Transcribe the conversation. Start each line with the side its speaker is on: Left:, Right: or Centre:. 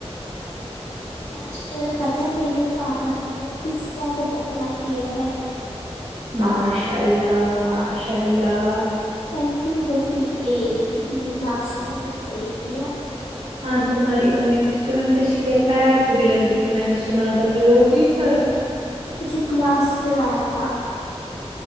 Left: اچھا تمہیں پتا میرے پاپا نے دس کی سیون عمر کیے ہیں
Right: ماشاء اللہ ماشاء اللہ
Left: ننگ فف ایٹن لاسٹ ٹائم اس سے ایک کیا تھا
Right: ہاں تمہاری امی بھی تو میں پچھلی بار پیر کو بھی لگی تھی میں نے سنا تھا پھر ہوگئی فرق
Left: مجھے پلاسٹر آیا تھا